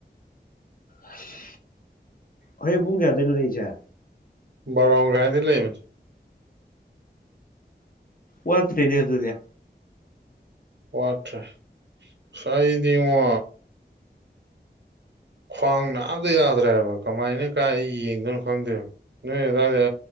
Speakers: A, on the left; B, on the right.
A: ꯑꯁ ꯍꯣꯔꯦꯟ ꯄꯨꯡ ꯀꯌꯥꯗꯩꯅꯣ ꯂꯩꯔꯤꯁꯦ
B: ꯕꯂꯣ ꯃꯈꯥꯏꯗꯩ ꯂꯩꯕꯅꯦ
A: ꯋꯥꯠꯇ꯭ꯔꯦꯅꯦ ꯑꯗꯨꯗꯤ
B: ꯋꯥꯠꯇ꯭ꯔꯦ ꯑꯁ ꯑꯩꯗꯤꯉꯣ ꯈ꯭ꯋꯥꯡ ꯅꯥꯕꯗ ꯌꯥꯗ꯭ꯔꯦꯕ ꯀꯃꯥꯏꯅ ꯀꯥꯏ ꯌꯦꯡꯗꯣꯏꯅꯣ ꯈꯪꯗꯦꯕ ꯅꯣꯏ ꯑꯗꯨꯋꯥꯏꯗ